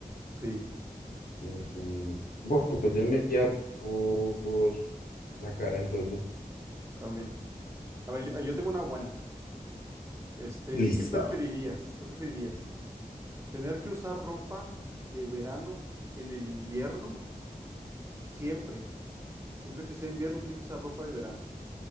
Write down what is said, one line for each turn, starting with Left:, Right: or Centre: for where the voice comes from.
Right: Sí,
Left: Mm, mm, Bueno, pues yo me iría por la cara entonces.
Right: también. A ver, yo, yo tengo una buena. Este,
Left: Listo.
Right: ¿qué preferirías? ¿Qué preferirías? ¿Tener que usar ropa de verano en el invierno? Siempre. Siempre que sea invierno, tienes que usar ropa de verano.